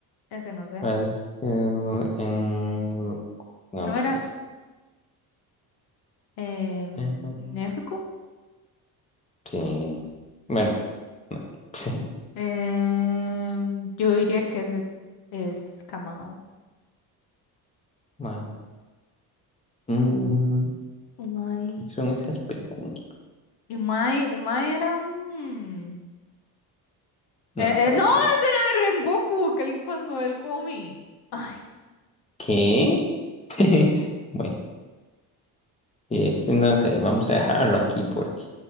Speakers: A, on the left; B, on the left.
A: ese no sé.
B: Basketball en. Vamos
A: No era
B: a este.
A: eh,
B: Ujú.
A: Nezuko.
B: Sí. Bueno, no sé. <laughs> Sí.
A: Em, yo diría que ese es Kamado.
B: Wow. Mm,
A: Umai.
B: son esas películas.
A: Umai, Umai era un...
B: No
A: eh,
B: se
A: eh,
B: va
A: no,
B: tiempo.
A: ese era de Rengoku, que él cuando él come. Ay,
B: ¿Qué? <laughs> Bueno, este no sé, vamos a dejarlo aquí porque